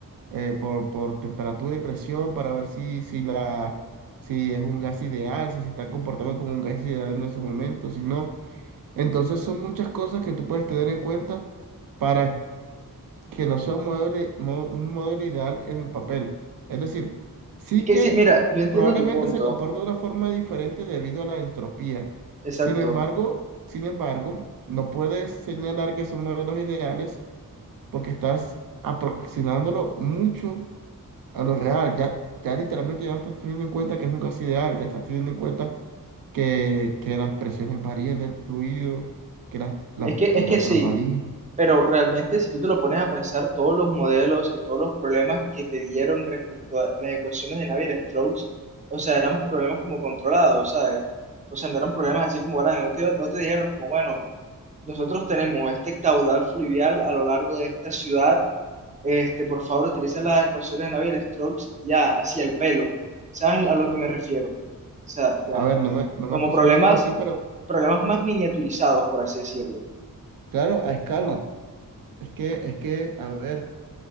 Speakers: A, on the right (about 75°); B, on the right (about 20°).
A: eh, por, por temperatura y presión para ver si, si, la, si es un gas ideal, si se está comportando como un gas ideal en ese momento, si no. Entonces, son muchas cosas que tú puedes tener en cuenta para que no sea un modelo, i- mo- un modelo ideal en el papel. Es decir, sí
B: Es que
A: que
B: sí, mira, yo entiendo
A: probablemente
B: tu punto.
A: se comporta de una forma diferente debido a la entropía.
B: Exacto.
A: Sin embargo, sin embargo, no puedes señalar que son modelos ideales porque estás aproximándolo mucho a lo real. Ya, ya literalmente ya no estás teniendo en cuenta que es un gas ideal, ya estás teniendo en cuenta que, que las presiones varíen del fluido, que las, las
B: Es que,
A: temperaturas
B: es que sí,
A: varíen.
B: pero realmente si tú te lo pones a pensar, todos los modelos o todos los problemas que te dieron respecto a las ecuaciones de Navier-Stokes, o sea, eran problemas como controlados, ¿sabes? O sea, no eran problemas así como grandes, no te, no te dijeron como, bueno, nosotros tenemos este caudal fluvial a lo largo de esta ciudad, este, por favor, utiliza las ecuaciones de Navier-Stokes ya, así al pelo. ¿Sabes a lo que me refiero? O sea, ya,
A: A ver, no me, no
B: como
A: me pusieron
B: problemas,
A: algo así, pero
B: problemas más miniaturizados, por así decirlo.
A: Claro, a escala. Es que, es que, a ver,